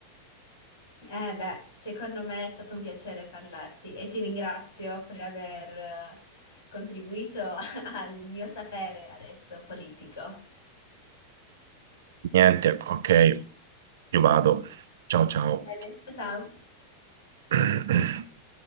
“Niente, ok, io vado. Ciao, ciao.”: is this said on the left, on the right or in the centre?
Right